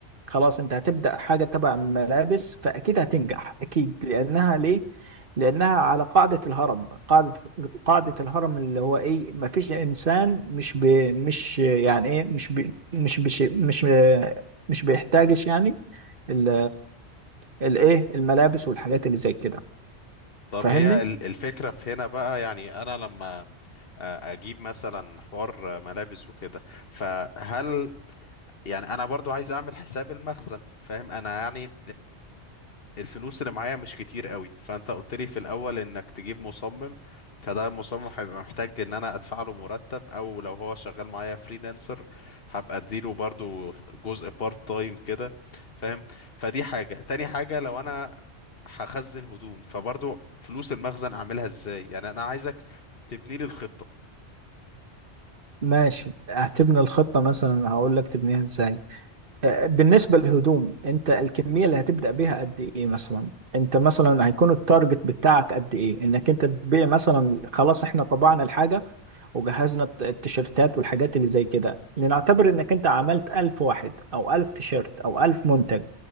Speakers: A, on the right; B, on the left.
A: خلاص انت هتبدأ حاجة تبع الملابس فاكيد هتنجح اكيد لانها ليه لأنها على قاعدة الهرم قاعدة قاعدة الهرم اللي هو إيه ما فيش إنسان مش ب... مش يعني إيه مش ب... مش بش... مش مش بيحتاجش يعني ال... الإيه الملابس والحاجات اللي زي كده
B: طب
A: فاهمني؟
B: هي ال- الفكرة في هنا بقى يعني أنا لما آه، أجيب مثلا حوار آه، ملابس وكده فهل يعني أنا برضو عايز أعمل حساب المخزن فاهم أنا يعني الفلوس اللي معايا مش كتير قوي فانت قلت لي في الاول انك تجيب مصمم فده المصمم هيبقى محتاج ان انا ادفع له مرتب او لو هو شغال معايا فريلانسر هبقى اديله برضو جزء بارت تايم كده فاهم فدي حاجة تاني حاجة لو انا هخزن هدوم فبرضو فلوس المخزن اعملها ازاي يعني انا عايزك تبني لي الخطة
A: ماشي هتبني الخطة مثلا هقول لك تبنيها إزاي آه، بالنسبة للهدوم أنت الكمية اللي هتبدأ بيها قد إيه مثلا؟ أنت مثلا هيكون التارجت بتاعك قد إيه؟ إنك أنت تبيع مثلا خلاص إحنا طبعنا الحاجة وجهزنا الت- التيشيرتات والحاجات اللي زي كده لنعتبر انك انت عملت ألف واحد او ألف تيشيرت او ألف منتج